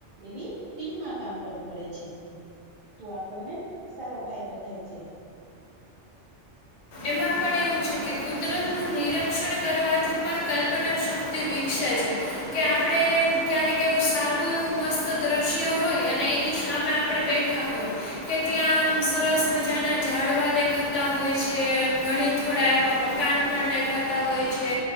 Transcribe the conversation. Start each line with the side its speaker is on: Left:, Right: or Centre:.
Right: એવી ટીમમાં કામ કરવું પડે છે તો આપણને સારો ફાયદો થાય છે <inaudible>
Left: એમાં પણ એવું છે કે કુદરતનું નિરીક્ષણ કરવાથી પણ કલ્પનાશક્તિ વિકસે છે કે આપણે ક્યારેક એવું સારું એવું મસ્ત દ્રશ્ય હોય અને એની સામે મેં આપણે બેઠા હોય કે ત્યાં આમ સરસ મજા ના ઝડવા દેખાતા હોય છે
Right: <inaudible>
Left: ઘણી થોડા એવા મકાન પણ દેખાતા હોય છે